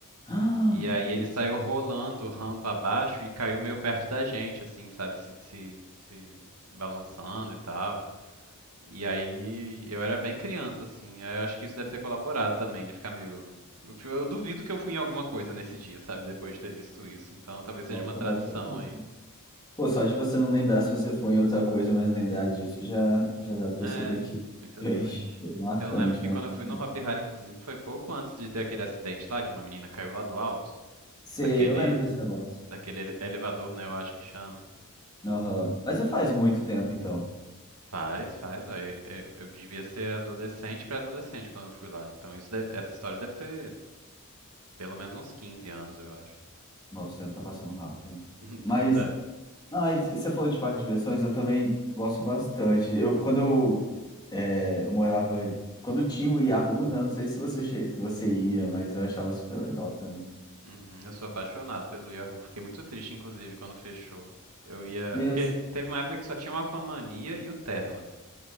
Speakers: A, on the left; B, on the right.
A: Ah,
B: E aí
A: <gasps>
B: ele
A: e você-
B: saiu rolando rampa abaixo e caiu meio perto da gente, assim, sabe? Se, se, se balançando e tal. E aí eu era bem criança, assim. Aí eu acho que isso deve ter colaborado também, de ficar meio. Eu, eu duvido que eu fui em alguma coisa nesse dia, sabe? Depois de ter visto isso. Então talvez seja
A: Nossa,
B: uma tradição
A: com certeza.
B: aí.
A: Pô, só de você não lembrar se você foi em outra coisa, mas lembrar disso já, já dá pra perceber
B: É,
A: que
B: exatamente.
A: <laughs> é bem, bem marcante,
B: Eu lembro que
A: mas.
B: quando eu fui
A: não.
B: no Hop Hari, inclusive, foi pouco antes de ter aquele acidente lá, que uma menina caiu lá do alto,
A: Sei,
B: daquele,
A: eu lembro desse negócio.
B: daquele ele- elevador, né, eu acho que chama.
A: Aham. Mas não faz muito tempo, então.
B: Faz, faz, ó. Eu, eu- eu devia ser adolescente pra adolescente quando eu fui lá. Então isso deve- essa história deve ter pelo menos uns 15 anos, eu acho.
A: Nossa, o tempo tá passando rápido. né?
B: <laughs>
A: Mas
B: Pois é.
A: Ah, e você falou de parque de diversões, eu também gosto bastante. Eu, quando eu, é, eu morava, quando tinha o Yahoo, né? Não sei se você, che- você ia, mas eu achava super legal também.
B: Uhum, eu sou apaixonado pelo Yahoo. Fiquei muito triste, inclusive, quando fechou. Eu ia.
A: Meus,
B: Porque teve uma época que só tinha o Aquamania e o Termas.